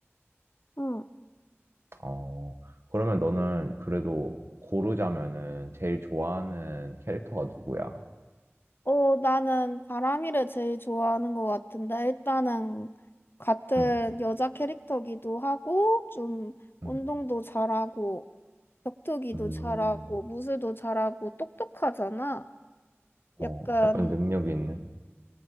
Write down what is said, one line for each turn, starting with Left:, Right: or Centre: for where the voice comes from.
Left: 응.
Right: 어 그러면 너는 그래도 고르자면은 제일 좋아하는 캐릭터가 누구야?
Left: 어, 나는 바람이를 제일 좋아하는 것 같은데, 일단은 같은
Right: 응,
Left: 여자 캐릭터기도 하고, 좀
Right: 응,
Left: 운동도 잘하고, 격투기도
Right: 음,
Left: 잘하고, 무술도 잘하고, 똑똑하잖아.
Right: 어,
Left: 약간,
Right: 약간 능력 있는?